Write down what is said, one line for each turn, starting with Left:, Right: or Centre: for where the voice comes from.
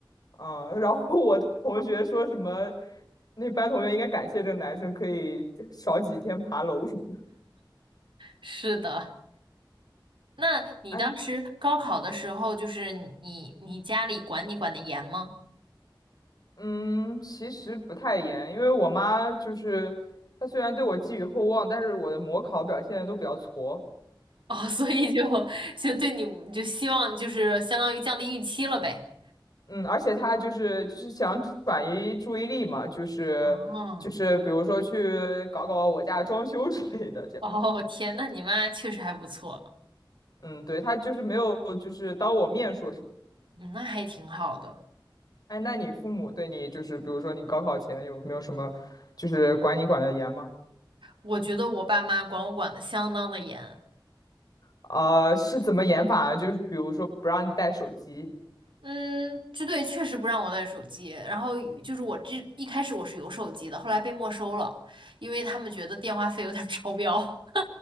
Left: 啊。<laughs> 然后我同学说什么，那班同学应该感谢这个男生可以少几天爬楼什么的。
Right: 是的，那你当时高考的时候，
Left: 安，
Right: 就是你你家里管你管得严吗？
Left: 嗯，其实不太严，因为我妈就是她虽然对我寄予厚望，但是我的模考表现都比较挫。
Right: 哦，<laughs> 所以就就对你就希望就是相当于降低预期了呗。
Left: 嗯，而且他就是就是想转移注意力嘛，就是就是比如说去搞搞我家装修之类的这样。
Right: 哦哦，天，那你妈确实还不错，
Left: 嗯，对，他就是没有就是当我面说什么。
Right: 嗯那还挺好的。
Left: 哎，那你父母对你就是比如说你高考前有没有什么就是管你管的严吗？
Right: 我觉得我爸妈管我管的相当的严。
Left: 啊、是怎么严法啊？就是比如说不让你带手机。
Right: 嗯，支队确实不让我带手机，然后就是我这一开始我是有手机的，后来被没收了，因为他们觉得电话费有点儿超标，